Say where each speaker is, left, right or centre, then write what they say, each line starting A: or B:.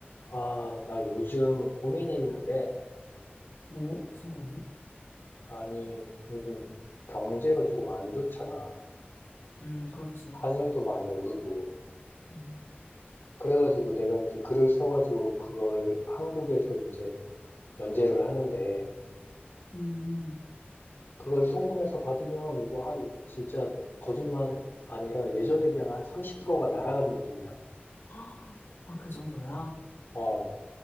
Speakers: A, on the left; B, on the left.
A: 아, 나 요즘 고민이 있는데,
B: 뭐? 무슨 고민?
A: 아니, 요즘 경제가 조금 안 좋잖아.
B: 음, 그렇지.
A: 환율도 많이 오르고.
B: 음,
A: 그래가지고 내가 이제 글을 써가지고 그걸 한국에서 이제 연재를 하는데,
B: 음.
A: 그걸 송금해서 받으면 뭐 한, 진짜 거짓말 아니라 예전에 비하면 한 30%가 날아간 느낌이야.
B: 아, 그 정도야?
A: 어,